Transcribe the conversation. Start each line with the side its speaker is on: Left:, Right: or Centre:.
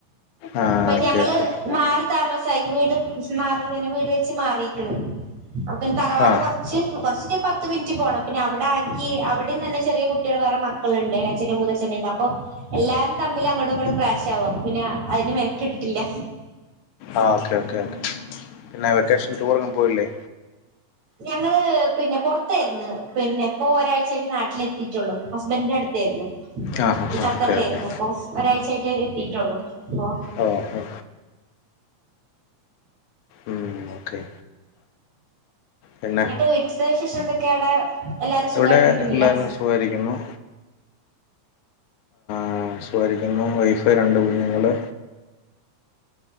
Left: ആ
Right: ഇപ്പൊ
Left: ഓക്കെ
Right: ഞങ്ങള്
Left: ഓക്കെ
Right: മാറി താമസായ് വീട് മാറിങ്ങനെ വീട് വെച്ച് മാറീക്ക്ണ് അപ്പ പിന്നെ തറവാട്
Left: ആ
Right: കൊർ പക്ഷെ കൊർച്ച്‌ പത്ത് മിൻറ്റ് പോണം, പിന്നെ അവിടാക്കി അവിടിം തന്നെ ചെറിയ കുട്ടികൾ വേറെ മ മക്കള്ണ്ട് എളേച്ഛന്റേം മൂത്തച്ഛൻ്റൊക്കെ അപ്പൊ എല്ലാരും തമ്മിൽ അങ്ങടും ഇങ്ങടും ക്രാഷ് ആകും അപ്പ പിന്ന അയ്ന് മെ ക്കിട്ടില്ല.
Left: ആഹ് ഓക്കെ ഓക്കെ ഓക്കെ പിന്നെ വെക്കേഷൻ ടൂറൊന്നും പോയില്ലേ?
Right: ഞങ്ങള് പിന്നെ പൊർത്തേര്ന്ന്, പിന്നെ പ്പൊ ഒരാഴ്ചായ്ട്ട് നാട്ടിലെത്തിട്ടൊള്ളൂ ഹസ്ബൻഡിന്റെട്ത്തേര്ന്നു.
Left: ആ ഹാ ഹാ
Right: ഖത്തറിലേര്ന്നു,
Left: ഓക്കെ ഓക്കെ
Right: അപ്പൊ ഒരാഴ്ചായിട്ട് എത്തീട്ടൊള്ളൂ അപ്പൊ.
Left: ഓ ഹോ ഉം, ഓക്കെ. പിന്നെ
Right: എന്നിട്ട് വീട്ട്ത്തെ വിശേഷം എന്തൊക്കെ അവിടെ എല്ലാരും സുഖായിട്ട്
Left: ഇവിടെ
Right: ഇരിക്കുന്നില്ലേ.
Left: എല്ലാവരും സുഖായിരിക്കുന്നു. ആഹ് സുഖായിരിക്കുന്നു വൈഫ്‌ രണ്ട് കുഞ്ഞുങ്ങള്